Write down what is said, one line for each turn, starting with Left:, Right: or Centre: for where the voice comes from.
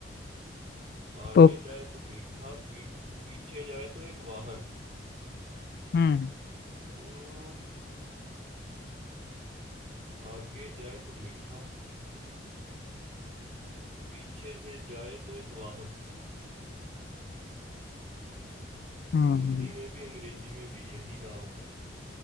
Right: आगे
Left: तो
Right: जाए तो मीठा पी, पीछे जाए तो एक वाहन
Left: हम्म
Right: हम्म आगे जाए तो मीठा पीछे से जाए तो एक वाहन
Left: हम्म
Right: हिंदी में भी अंग्रेजी में भी यही नाम है